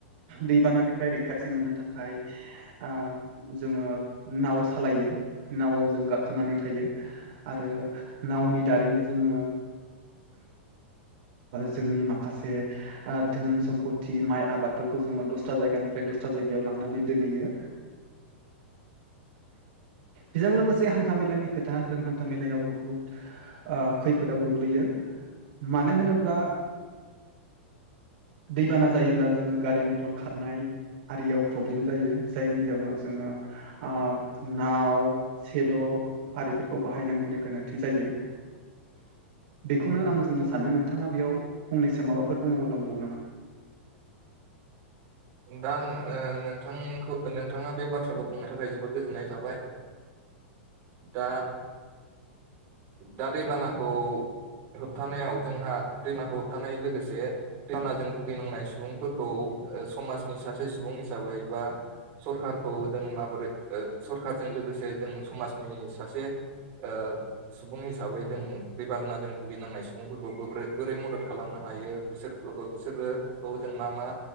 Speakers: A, on the right; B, on the right.
A: दैबानानिफ्राय रैखाथि मोननो थाखाय ओ जोङो नाव सालायो नावआव जों गाखोनानै थायो आरो नावनि दारैनो जोङो। जोंनि माखासे ओ धोन सम्पथि माइ आबादफोरखौ जोङो दस्रा जायगानिफ्राय, दसस्रा जायगायाव लांनानै दोनहैयो। बेजों लोगोसे हान्थामेलानि खोथा जों हान्था मेलायाव बुहुद ओ खैफोदाव गोग्लैयो, मानो होनोब्ला, दैबाना जायोब्ला जोङो गारि मथर खारनाय, आरियाव प्रब्लेम जायो जायनि जाउनाव जोङो ओ नाव सेल' आरिफोरखौ बाहायनांगौनि गोनांथि जायो। बेखौनो आं बुंनो सानो नोंथाङा बेयाव फंनैसो माबा। फोर बुंनांगौ दंबावो नामा?
B: दा ओ नोंथांखौ नोंथाङा बे बाथ्राखौ बुंनो थाखाय जोबोद गोजोननाय थाबाय। दा दा दैबानाखौ, होबथानायाव जोंहा दैमाखौ होबथानाय लोगोसे दैनाजों भुगिनांनाय सुबुंफोरखौ, ओ समाजनि सासे सुबुं हिसाबै बा, सरखारखौ जों माबोरै ओ सरखारजों लोगोसे जों समाजनि सासे, ओ सुबुं हिसाबै जों बे दैबानाजों भुगिनांनाय सुबुंफोरखौ बोरै बोरै मदद खालामनो, हायो बिसोर बिसोरोखौ जों मा मा